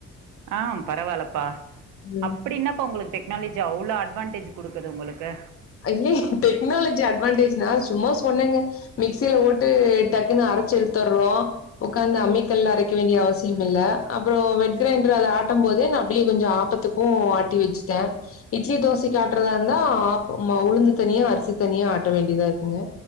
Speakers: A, on the right (about 85°); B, on the left (about 50°).
A: ஆ பரவால்லப்பா
B: ம்.
A: அப்டி என்னாப்ப உங்களுக் டெக்னாலஜி அவ்ளோ அட்வான்டேஜ் குடுக்குது உங்களுக்கு
B: அ இல்லே டெக்னாலஜி அட்வான்டேஜ்னா சும்மா சொன்னேங்க மிக்சியில போட்டு டக்குன்னு அரைச்சு எடுத்துர்றோ உக்காந்து அம்மி கல்லு அரைக்க வேண்டிய அவசியே இல்ல அப்புறம் வெட்கிரைண்டர் அத ஆட்டு போதே நா அப்படியே கொஞ்சொ ஆபத்துக்கூ ஓ ஆட்டி வச்சுட்டே இட்லி தோசைக்கி ஆட்டுறதா இருந்தா ஆப் உம்மா உளுந்து தனியா அரிசி தனியா ஆட்ட வேண்டியதா இருக்குங்க